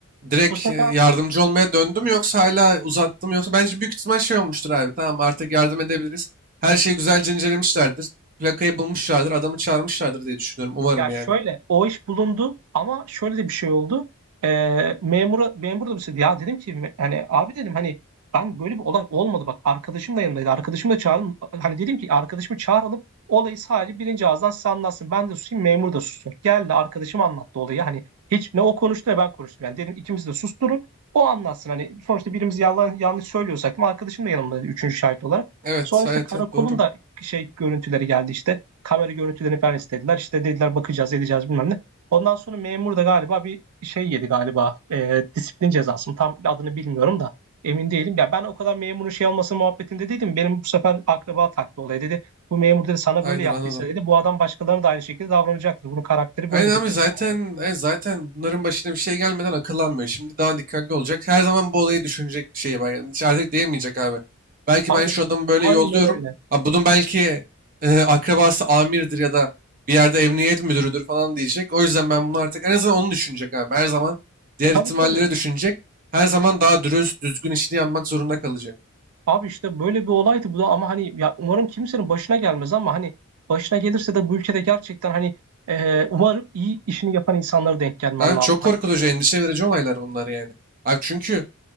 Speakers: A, on the right (about 40°); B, on the right (about 85°).
A: Direkt
B: Bu sefer
A: e, yardımcı olmaya döndüm yoksa hala uzattım yoksa bence büyük ihtimal şey olmuştur abi. Tamam artık yardım edebiliriz. Her şeyi güzelce incelemişlerdir. Plakayı bulmuşlardır, adamı çağırmışlardır diye düşünüyorum. Umarım
B: Ya
A: yani.
B: şöyle o iş bulundu ama şöyle de bir şey oldu. Ee, memura memur da bir şey ya dedim ki me- hani abi dedim hani ben böyle bir olay olmadı bak arkadaşım da yanındaydı. Arkadaşımı da çağırın hani dedim ki arkadaşımı çağıralım olayı sadece birinci ağızdan size anlatsın. Ben de susayım memur da sussun. Geldi arkadaşım anlattı olayı hani hiç ne o konuştu ne ben konuştum yani dedim ikimiz de susturun o anlatsın hani sonuçta birimiz yalan yanlış söylüyorsak da arkadaşım da yanımda üçüncü şahit olarak.
A: Evet,
B: Sonra işte
A: evet,
B: karakolun
A: evet doğru.
B: da şey görüntüleri geldi işte kamera görüntülerini falan istediler. İşte dediler bakacağız edeceğiz bilmem ne. Ondan sonra memur da galiba bir şey yedi galiba e, disiplin cezası mı tam adını bilmiyorum da emin değilim. Ya ben o kadar memurun şey olması muhabbetinde değilim. Benim bu sefer akraba taktı olaya dedi. Bu memur dedi sana
A: Aynen
B: böyle yaptıysa
A: anladım.
B: dedi bu adam başkalarına da aynı şekilde davranacaktır. Bunun karakteri
A: Aynen
B: böyledir
A: abi
B: dedi
A: zaten
B: yani.
A: e, zaten bunların başına bir şey gelmeden akıllanmıyor. Şimdi daha dikkatli olacak. Her zaman bu olayı düşünecek bir şey var. Yani hiç artık diyemeyecek abi. Belki
B: Abi
A: ben şu adamı böyle
B: aynen
A: yolluyorum.
B: öyle.
A: Abi bunun belki e, akrabası amirdir ya da bir yerde emniyet müdürüdür falan diyecek. O yüzden ben bunu artık en azından onu düşünecek abi. Her zaman diğer
B: Tabii
A: ihtimalleri
B: tabii.
A: düşünecek. Her zaman daha dürüst, düzgün işini yapmak zorunda kalacak.
B: Abi işte böyle bir olaydı bu da ama hani ya umarım kimsenin başına gelmez ama hani başına gelirse de bu ülkede gerçekten hani e, umarım iyi işini yapan insanlara denk gelmen
A: Abi
B: lazım.
A: çok korkutucu,
B: Hani kim olursa.
A: endişe verici olaylar bunlar yani. Abi çünkü